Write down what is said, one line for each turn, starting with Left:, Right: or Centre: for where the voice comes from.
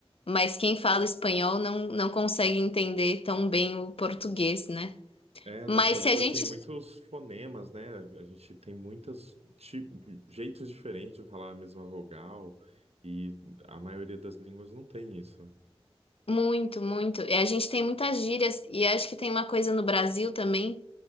Left: mas quem fala espanhol não, não consegue entender tão bem o português, né?
Right: É, a
Left: Mas
Right: nossa língua
Left: se a gente.
Right: tem muitos fonemas, né? A gente tem muitos ti- jeitos diferentes de falar a mesma vogal, e a maioria das línguas não tem isso, né?
Left: Muito, muito. E a gente tem muitas gírias, e acho que tem uma coisa no Brasil também,